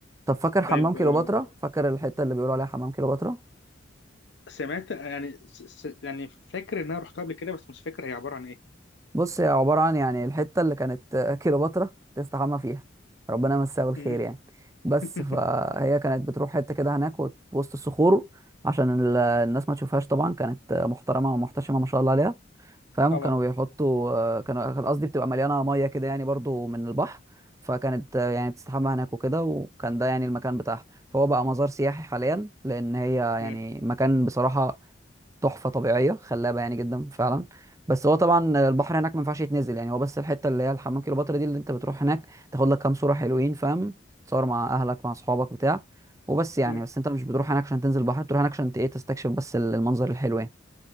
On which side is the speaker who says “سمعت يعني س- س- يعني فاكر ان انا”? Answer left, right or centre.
Left